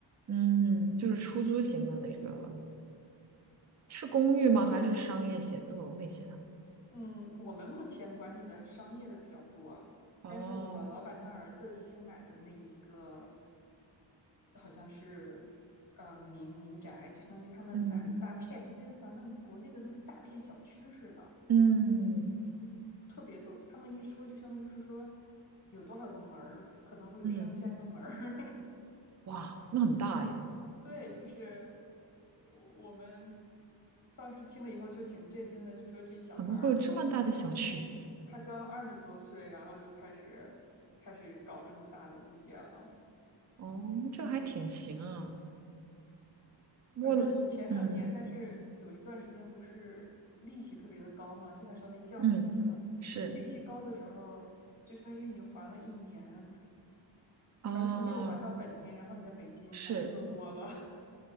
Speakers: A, on the right (about 40°); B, on the left (about 45°).
A: 嗯，就是出租型的那个，是公寓吗？
B: 对，
A: 还是商业写字楼那些的？
B: 嗯，我们目前管理的商业的比较多，
A: 哦，
B: 但是我老板他儿子新买的那一个，好像是呃民民宅，就相当于他们买了一大片，
A: 嗯
B: 就跟咱们国内的那么一大片小区似的，
A: 嗯
B: 特别多。他们一说就相当于是说有多少个门儿，可能会有上千个门儿。
A: 嗯，哇，那很大哎，
B: <laughs> 对，就是我们当时听了以后就挺震惊的，就说这小孩儿。
A: 怎么会有这么大的小区？
B: 他刚二十多岁，然后就开始开始搞这么大的物业了。
A: 哦，这还挺行啊。我，
B: 反正前两年，
A: 嗯
B: 但是有一段时间不是利息特别的高嘛，现在稍微降了一些了。
A: 嗯，是
B: 利息高的时候，就相当于你还了一年，
A: 啊，
B: 完全没有还到本金，然后你的本金反而更多了。
A: 是。